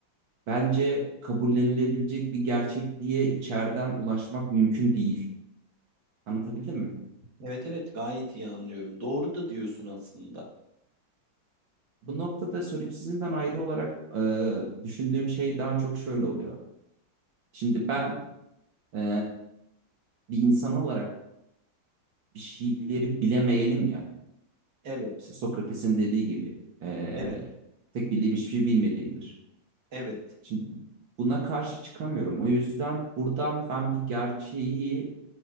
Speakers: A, on the right; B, on the right.
A: bence kabullenilebilecek bir gerçekliğe içeriden ulaşmak mümkün değil. Anlatabildim mi?
B: Evet evet gayet iyi anlıyorum. Doğru da diyorsun aslında.
A: Bu noktada solipsizmden ayrı olarak e, düşündüğüm şey daha çok şöyle oluyor. Şimdi ben e, bir insan olarak bir şeyleri bilemeyenim ya.
B: Evet.
A: İşte Sokrates'in dediği gibi e,
B: Evet.
A: tek bildiğim hiçbir şey bilmediğimdir.
B: Evet.
A: Şimdi buna karşı çıkamıyorum. O yüzden buradan ben bir gerçeği